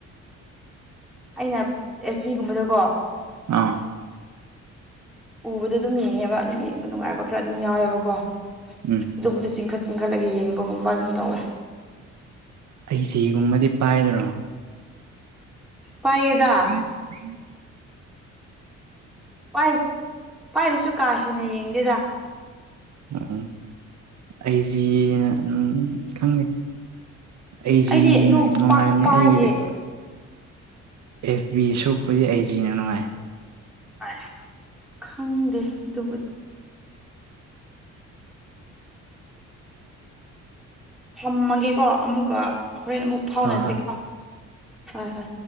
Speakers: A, in the centre; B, on the right (about 65°).
A: ꯑꯩꯅ ꯑꯦꯐ ꯕꯤꯒꯨꯝꯕꯗꯀꯣ
B: ꯑꯥ
A: ꯎꯕꯗ ꯑꯗꯨꯝ ꯌꯦꯡꯉꯦꯕ ꯑꯗꯨꯝ ꯌꯦꯡꯕ ꯅꯨꯡꯉꯥꯏꯕ ꯈꯔ ꯑꯗꯨꯝ ꯌꯥꯎꯋꯦꯕꯀꯣ
B: ꯎꯝ
A: ꯑꯗꯨꯝꯕꯗꯣ ꯆꯤꯡꯈꯠ ꯆꯤꯡꯈꯠꯂꯒ ꯌꯦꯡꯕꯒꯨꯝꯕ ꯑꯗꯨꯝ ꯇꯧꯋꯦ
B: ꯑꯩ ꯁꯤꯒꯨꯝꯕꯗꯤ ꯄꯥꯏꯗ꯭ꯔꯣ
A: ꯄꯥꯏꯌꯦꯗ
B: ꯐ ꯐꯔꯤ
A: ꯄꯥꯏ ꯄꯥꯏꯔꯁꯨ ꯀꯥ ꯍꯦꯟꯅ ꯌꯦꯡꯗꯦꯗ
B: ꯎꯝ ꯑꯩꯁꯤ ꯑꯗꯨꯝ ꯈꯪꯗꯦ ꯑꯩꯁꯤꯅ
A: ꯑꯩꯗꯤ ꯑꯗꯨ
B: ꯅꯨꯡꯉꯥꯏꯕꯅꯦ
A: ꯄꯥꯛ ꯄꯥꯏꯗꯦ
B: ꯑꯩꯒꯤꯗꯤ ꯑꯦꯐ ꯕꯤ ꯁꯣꯛꯄꯗꯤ ꯑꯩ ꯖꯤꯅ ꯅꯨꯡꯉꯥꯏ
A: ꯑ ꯈꯪꯗꯦ ꯑꯗꯨꯕꯨꯗꯤ ꯊꯝꯃꯒꯦꯀꯣ ꯑꯃꯨꯛꯀ ꯍꯣꯔꯦꯟ ꯑꯃꯨꯛ ꯐꯥꯎꯅꯁꯤꯀꯣ
B: ꯍꯣꯏ ꯍꯣꯏ
A: ꯍꯣꯏ ꯍꯣꯏ